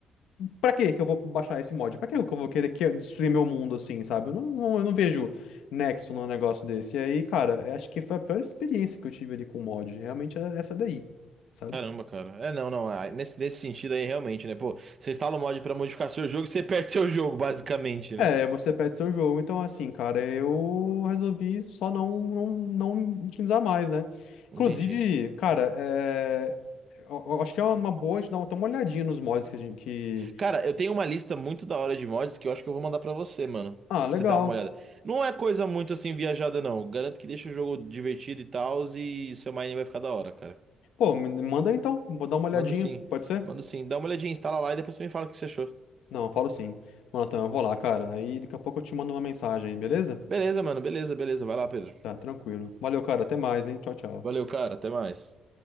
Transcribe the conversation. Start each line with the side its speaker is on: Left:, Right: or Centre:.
Left: pra que que eu vou baixar esse mod? Pra que que eu vou querer que- destruir meu mundo, assim, sabe? Eu não, não- eu não vejo nexo num negócio desse. E aí, cara, eu acho que foi a pior experiência que eu tive ali com o mod. Realmente é essa daí, sabe?
Right: Caramba, cara. É, não, não. ah, Nesse, nesse sentido aí, realmente, né? Pô, você instala o mod pra modificar seu jogo, e você perde seu jogo, basicamente, né?
Left: É, você perde seu jogo. Então, assim, cara, eu resolvi só não, não, não utilizar mais, né?
Right: Entendi.
Left: Inclusive, cara, é... eu, eu acho que é uma boa a gente dar uma- ter uma olhadinha nos mods que a gente... Que...
Right: Cara, eu tenho uma lista muito da hora de mods que eu acho que eu vou mandar pra você, mano.
Left: Ah, legal.
Right: Pra você dar uma olhada. Não é coisa muito assim viajada, não. Garanto que deixa o jogo divertido e tal, e seu mining vai ficar da hora, cara.
Left: Pô, me me manda aí, então. Vou dar uma olhadinha.
Right: Mando sim.
Left: Pode ser?
Right: Mando sim. Dá uma olhadinha, instala lá e depois você me fala o que você achou.
Left: Não, eu falo sim. Mano, então, eu vou lá, cara. Aí daqui a pouco eu te mando uma mensagem, beleza?
Right: Beleza, mano. Beleza, beleza. Vai lá, Pedro.
Left: Tá, tranquilo. Valeu, cara. Até mais, hein? Tchau, tchau.
Right: Valeu, cara. Até mais.